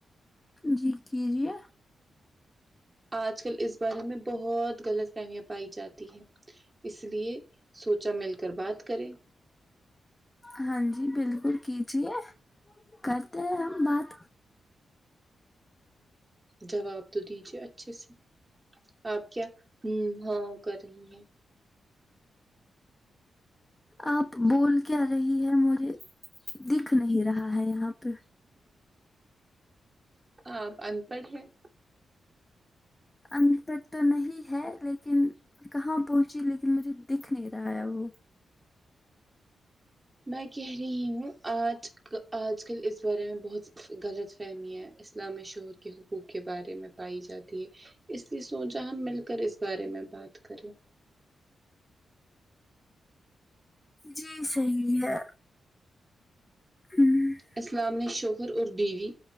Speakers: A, on the left; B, on the right.
A: جی کیجیے
B: آج کل اس بارے میں بہت غلط فہمیاں پائی جاتی ہے اس لیے سوچا مل کر بات کریں
A: ہاں جی بالکل کیجیے کرتے ہیں ہم بات
B: جواب تو دیجیے اچھے سے آپ کیا ہاں کر رہی ہے
A: آپ بول کے رہی ہے مجھے دیکھ نہیں رہا ہے یہاں پہ
B: آپ ان پڑھ ہیں
A: ان پڑھ تو نہیں ہے لیکن کہاں پہنچی لیکن مجھے دیکھ نہیں رہا ہے وہ
B: میں کہہ رہی ہوں آج آج کل اس بارے میں بہت غلط فہمیاں اسلام شہور کے حقوق کے بارے میں پائی جاتی ہے اسلیے سوچا ہم مل کر اس بارے میں بات کریں
A: جی صحیح ہے امم
B: اسلام نے شوہر اور بیوی